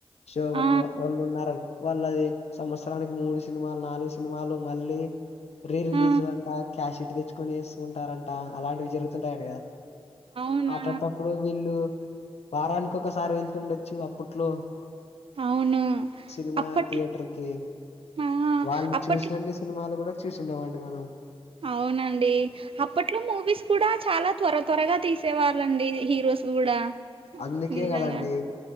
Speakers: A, on the left (about 85°); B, on the right (about 60°).
A: శోభన్
B: ఆ
A: వాళ్ళు ఉన్నారు వాళ్ళు అది సంవత్సరానికి మూడు సినిమాలు నాలుగు సినిమాలు మళ్ళీ రీ రిలీజ్
B: ఆ
A: క్యాష ఇట్ కొనేసుకుంటారంట అలాంటివి జరుగుతుంటయి అంట కదా
B: అవునా
A: అట్లాడప్పుడు వీళ్ళు వారానికి ఒకసారి వెళ్తుండొచ్చు అప్పట్లో
B: అవును
A: సినిమా
B: అప్పట్లో
A: థియేటర్ ఓకే
B: ఆ
A: వాళ్ళని
B: అప్పట్లో
A: చూసినన్ని సినిమాలు కూడా చూసిండవ్వండి మనం
B: అవునండి అప్పట్లో మూవీస్ కూడా చాలా త్వర త్వరగా తీసేవాళ్ళండి హీరోస్ కూడా
A: అందుకే
B: నిజంగా
A: కదండి